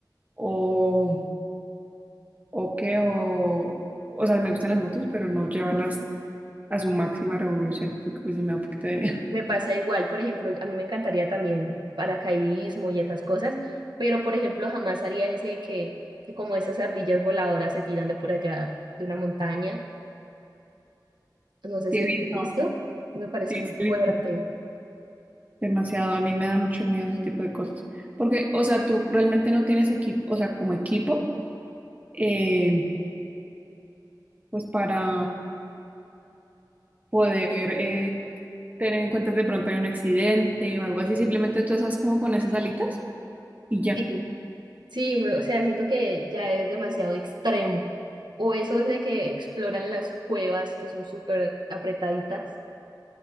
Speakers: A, on the right; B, on the right.
A: O, o qué, o, o sea, me gustan las motos, pero no llevarlas a su máxima revolución, porque pues sí me da un poquito de miedo.
B: Me pasa igual, por ejemplo, a mí me encantaría también paracaidismo y esas cosas, pero por ejemplo jamás haría ese de que, que como esas ardillas voladoras se tiran de por allá de una montaña, no sé
A: Sí,
B: si
A: he
B: lo
A: visto,
B: has visto, me parece
A: sí,
B: muy
A: sí, he
B: fuerte.
A: visto. Demasiado, a mí me da mucho miedo ese tipo de cosas. Porque, o sea, tú realmente no tienes equipo, o sea, como equipo, eh, pues para poder eh, tener en cuenta de pronto hay un accidente o algo así, simplemente tú estás como con esas alitas y ya.
B: Sí, sí, me- o sea, siento que ya es demasiado extremo. O eso de que exploran las cuevas que son súper apretaditas.